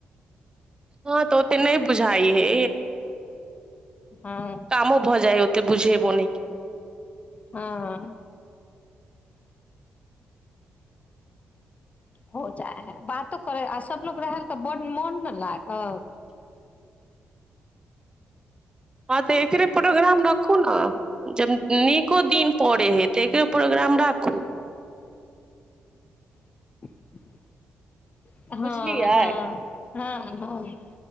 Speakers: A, on the right; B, on the left.
A: हँ तऽ ओ त नहि बुझाइ है
B: हँ
A: कामो भऽ जाए हए बुझेब न
B: हँ ह हो जाए है बातो करे आ सबलोग रह तऽ ब मोन न लाग आ
A: हँ तऽ एकरे प्रोग्राम रखू ने जब नीको दिन पड़े हे तऽ प्रोग्राम राखू
B: <inaudible>
A: बुझलियै
B: हँ हँ हँ ह